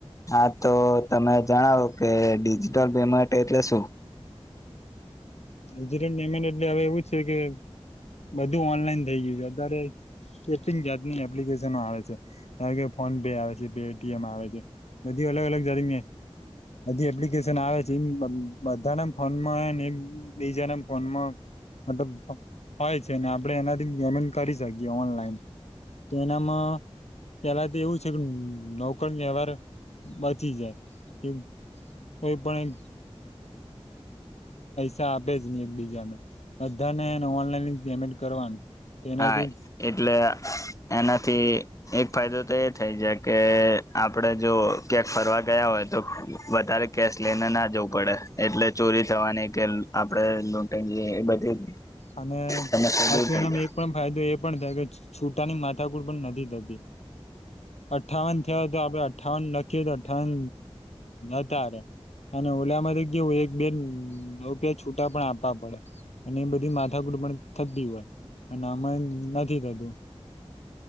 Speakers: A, on the left (about 30°); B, on the left (about 85°).
A: હા તો તમે જણાવો કે ડિજિટલ પેમેન્ટ એટલે શું?
B: ડિજિટલ પેમેન્ટ એટલે હવે એવું છે કે બધું ઓનલાઈન થઈ ગયું છે અત્યારે કેટલી જાતની એપ્લિકેશનો આવે છે ધારો કે ફોન પે આવે છે પે ટી એમ આવે છે બધી અલગ-અલગ જાતની બધી એપ્લિકેશન આવે છે બધા ના ફોનમાં હેને બીજાના મ ફોનમાં મતલબ હોય છે ને આપણે એનાથી પેમેન્ટ કરી શકીએ ઓનલાઈન. તો એનામાં પેહલા તો એવું છે કે રોકડ વ્યવહાર બચી જાય. કોઈ પણ <unintelligible> આપે જ નહીં એક બીજાને બધાને હેને ઓનલાઈન જ પેમેન્ટ કરવાનું. તેનાથી
A: હા એટલે એનાથી એક ફાયદો તો એ થઈ જાય કે આપડે જો ક્યાંક ફરવા ગયા હોય તો વધારે કેશ લઈને ના જવું પડે. એટલે ચોરી થવાની કે આપણે લૂંટ એ બધી
B: અને
A: સમસ્યા
B: પાછું
A: દૂર થઈ
B: એનામા
A: જાય
B: એક પણ ફાયદો એ પણ થાય કે છૂટાની માથાકુટ પણ નથી થતી. અઠ્ઠાવન થયો હતો આપડે અઠ્ઠાવન લખીએ તો અઠ્ઠાવન હતારે અને ઓલામાં તો કેવું એક બેન રૂપિયા છૂટા પણ આપવા પડે અને એ બ માથાકુટ પણ થતી હોય અને આમાં નથી થતું.